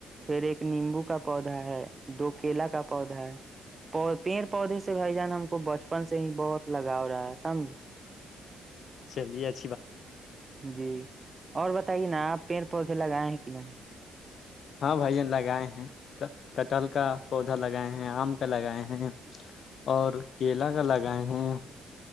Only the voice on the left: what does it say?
چلیےچا
ہاں بھائی لگائے ہیں کٹل کا پودا لگائے ہیں آم کا لگائے ہیں اور کیلا کا لگائے ہیں